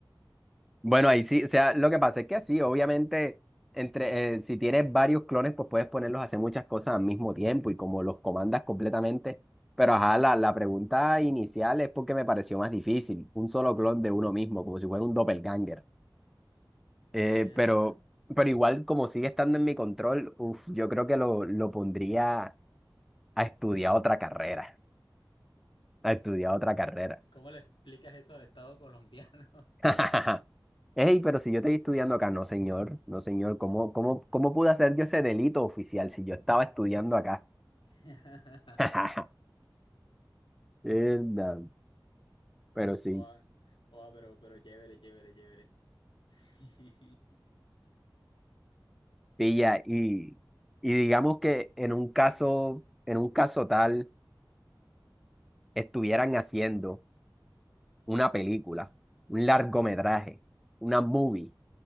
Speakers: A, in the centre; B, on the left.
A: Bueno, ahí sí, o sea, lo que pasa es que sí, obviamente, entre, eh, si tienes varios clones, pues puedes ponerlos a hacer muchas cosas al mismo tiempo y como los comandas completamente. Pero ajá, la, la pregunta inicial es porque me pareció más difícil, un solo clon de uno mismo, como si fuera un doppelganger. Eh,
B: Herda.
A: pero, pero igual, como sigue estando en mi control, uf, yo creo que lo, lo pondría a estudiar otra carrera, a estudiar otra carrera.
B: ¿Cómo le explicas eso al Estado colombiano?
A: <laughs> Ey, pero si yo estoy estudiando acá, no señor, no señor, ¿cómo, cómo, cómo pude hacer yo ese delito oficial si yo estaba estudiando acá?
B: <laughs>
A: <laughs> Enda, Pero sí,
B: Oa, oa, pero, pero chévere, chévere, chévere. <laughs>
A: pilla, y, y digamos que en un caso, en un caso tal, estuvieran haciendo una película, un largometraje, una movie